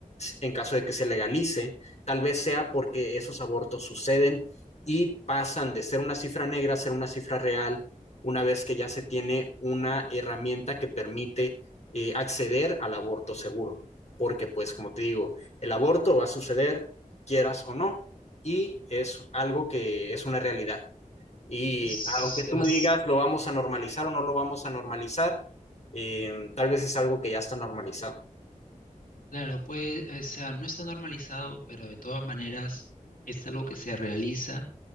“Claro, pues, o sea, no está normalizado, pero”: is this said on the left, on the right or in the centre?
Left